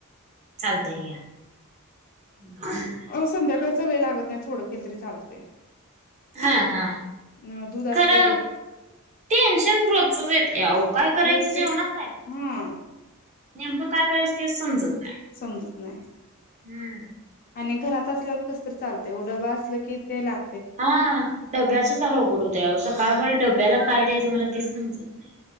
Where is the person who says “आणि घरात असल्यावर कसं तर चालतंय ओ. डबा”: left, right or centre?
Left